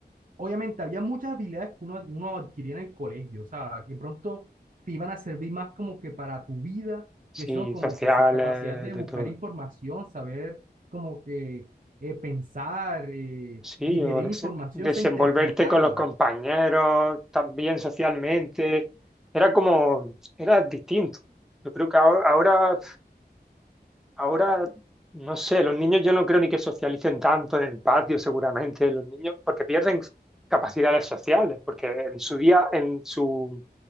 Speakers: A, on the right (about 55°); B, in the centre.
A: obviamente había muchas habilidades que uno, uno adquiría en el colegio, o sea, que pronto te iban a servir más como que para tu vida,
B: Sí,
A: que son como
B: sociales,
A: que esa capacidad de
B: de
A: buscar
B: todo.
A: información, saber como que eh, pensar, eh,
B: Sí,
A: digerir
B: o des-
A: la información,
B: desenvolverte
A: o sea, interpretarla.
B: con los compañeros, también socialmente. Era como, era distinto. Yo creo que ahora, ahora Ahora, no sé, los niños yo no creo ni que socialicen tanto en el patio, seguramente, los niños, porque pierden capacidades sociales, porque en su día, en su,